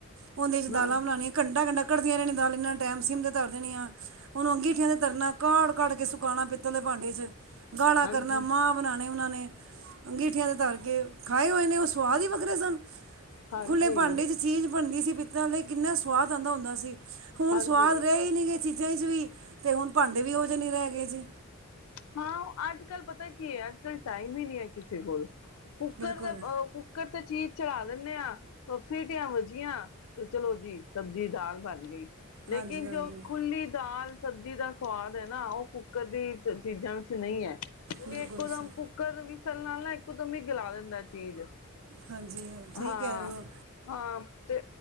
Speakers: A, on the right; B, on the left.
A: ਉਹਦੇ ਚ
B: ਨਾ
A: ਦਾਲਾਂ ਬਣਾਈਆਂ ਘੰਟਾ ਘੰਟਾ ਘਡਦੀਆਂ ਰਹਿਣੀਆਂ ਦਾਲ ਇੰਨਾ ਟੈਮ ਸੀਮ ਤੇ ਤਰ ਦੇਣੀ ਆ, ਹੁਣ ਅੰਗੀਠੀਆਂ ਤੇ ਤਰਨਾ ਕਾੜ ਕਾੜ ਕੇ ਸੁਕਾਣਾ ਪਿੱਤਲੇ ਭਾਂਡੇ ਚ ਗਾਲਾ
B: ਹਾਂਜੀ
A: ਕਰਨਾ ਮਾਂ ਬਣਾਉਣੇ ਉਹਨਾਂ ਨੇ ਅੰਗਠੀਆਂ ਦੇ ਤਰ ਕੇ, ੍ਰਖਾਏ ਹੋਏ ਨੇ ਉਹ ਸਵਾਦ ਹੀ ਵੱਖਰੇ ਸਨ।
B: ਹਾਂਜੀ
A: ਖੁੱਲੇ ਭਾਂਡੇ ਚ ਚੀਜ਼ ਬਣਦੀ ਸੀ। ਪਿੱਤਲਤੇ ਕਿੰਨਾ ਸਵਾਦ ਆਹਂਦਾ ਹੁੰਦਾ ਸੀ। ਹੁਣ
B: ਹਾਂਜੀ
A: ਸਵਾਦ ਰਹੇ ਹੀ ਨਹੀਂ ਗ ਚੀਜ਼ਾਂ 'ਚ ਵੀ ਅਤੇ ਹੁਣ ਭਾਂਡੇ ਵੀ ਉਹ ਜਿਹੇ ਨਹੀਂ ਰਹਿ ਗਏ ਜੀ।
B: ਹਾਂ। ਅੱਜ ਕੱਲ ਪਤਾ ਕੀ ਹੈ। ਅੱਜ ਕੱਲ ਟਾਈਮ ਹੀ ਨਹੀ ਹੈ ਕਿਸੇ ਕੋਲ ਕੁੱਕਰ
A: ਬਿਲਕੁਲ
B: ਦੇ ਪ ਕੁ ਕੁਕਰ ਤੇ ਚੀਜ਼ ਚਲਾ ਦਿੰਦੇ ਆਾਂ ਸੀਟੀਆਂ ਵੱਜੀਆਂ ਤੇ ਚਲੋ ਜੀ ਸਬਜ਼ੀ ਦਾਲ ਬਣ ਗਈ ਲੇਕਿ
A: ਹਾਂਜੀ-ਹਾਂਜੀ
B: ਜੋ ਖੁੱਲ੍ਹੀ ਦਾਲ ਸਬਜ਼ੀ ਦਾ ਸਵਾਦ ਹੈ ਨਾ ਉਹ ਕੁੱਕਰ ਦੀ ਚੀਜ਼ਾਂ ਵਿੱਚ ਨਹੀਂ ਹੈ ਕਿਉਂਕਿ
A: ਬਿਲਕੁਲ
B: ਇੱਕੋਦਮ
A: ਸਹੀ
B: ਕੁ ਵਸਲ ਨਾਲ ਨਾ ਇੱਕ ਦਮ ਹੀ ਗਲਾ ਦਿੰਦਾ ਚੀਜ਼
A: ਹਾਂਜੀ ਸਹੀ
B: ਹਾਂ
A: ਕਹਿ ਰਹੇ ਹੋ
B: ਹਾਂ ਤੇ